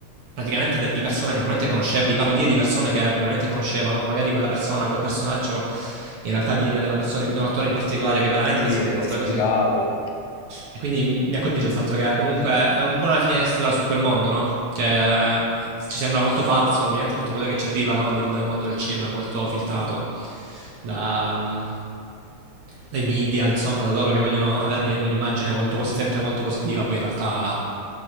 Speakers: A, on the right; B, on the left.
A: praticamente de- di persone che probabilmente conoscevano, di parodie di persone che probabilmente conoscevano, magari quella persona, quel personaggio in realtà viene da una persona, da un attore in particolare che veramente
B: Sì,
A: si
B: era
A: comporta
B: ispirato.
A: così. E quindi mi ha colpito il fatto che comunque è un po' una finestra su quel mondo, no? Che eh, ci sembra molto falso, ovviamente tutto quello che ci arriva no, del mondo del cinema è molto filtrato da, mm, dai media, insomma, da loro che vogliono avere un- un'immagine molto posi- sempre molto positiva, poi in realtà